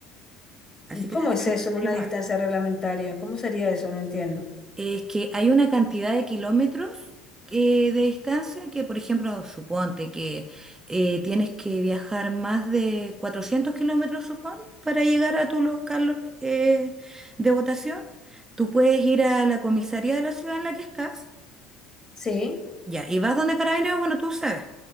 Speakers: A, on the right; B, on the left.
A: Así
B: ¿Y
A: que
B: cómo
A: tendríamos
B: es eso,
A: que averiguar.
B: una distancia reglamentaria? ¿Cómo sería eso? No entiendo.
A: Es que hay una cantidad de kilómetros que- de distancia que, por ejemplo, suponte que eh, tienes que viajar más de 400 kilómetros, supón, para llegar a tu local eh, de votación. Tú puedes ir a la comisaría de la ciudad en la que estás,
B: Sí,
A: ya, y vas donde Carabineros, bueno, tú sabes,